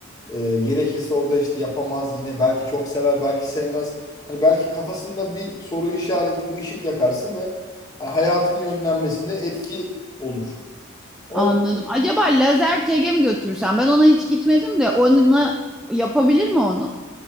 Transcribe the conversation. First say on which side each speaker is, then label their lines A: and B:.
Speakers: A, on the left; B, in the centre.
A: E, gerekirse orada işte yapamaz yine belki çok sever, belki sevmez. Hani belki kafasında bir soru işareti, bir ışık yakarsın ve hani hayatının yönlenmesinde etki olur. O
B: anladım. Acaba lazer tege mi götürsem? Ben ona hiç gitmedim de ona yapabilir mi onu?